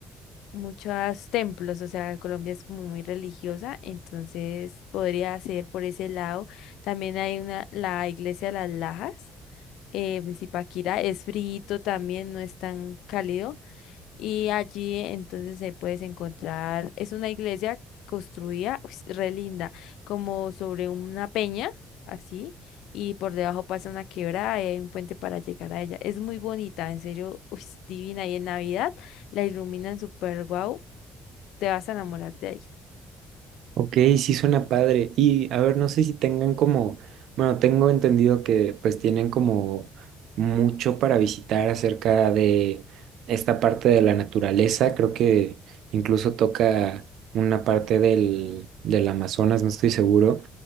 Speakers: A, on the left; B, on the right.
A: muchos templos, o sea, Colombia es como muy religiosa, entonces podría ser por ese lado. También hay una, la iglesia de las Lajas, eh, en Zipaquirá, es frío también, no es tan cálido, y allí entonces se puedes encontrar, es una iglesia construida, uy, re linda, como sobre una peña, así. Y por debajo pasa una quebrada y hay un puente para llegar a ella. Es muy bonita, en serio, uy, divina. Y en Navidad la iluminan súper guau te vas a enamorar de ahí.
B: Ok, sí suena padre. Y a ver, no sé si tengan como, bueno, tengo entendido que pues tienen como mucho para visitar acerca de esta parte de la naturaleza. Creo que incluso toca una parte del, del Amazonas, no estoy seguro.